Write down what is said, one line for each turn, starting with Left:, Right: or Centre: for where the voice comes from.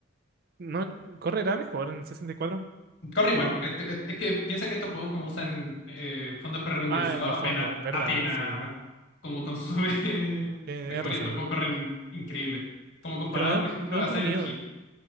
Right: ¿No correrá mejor en sesenta y cuatro.
Left: Corre igual. Este- es es que piensa que estos juegos como usan eh, fondos prerenderizados
Right: Ah, en los
Left: apenas,
Right: fondos, ¿verdad?
Left: apenas
Right: Sí. Eh,
Left: como consume <laughs>
Right: Tienes
Left: memoria.
Right: razón.
Left: Estos juegos corren increíble. Como comparado,
Right: Pero me da,
Left: por
Right: un-
Left: ejemplo,
Right: me da
Left: a
Right: un poco
Left: Silent
Right: miedo,
Left: Hill,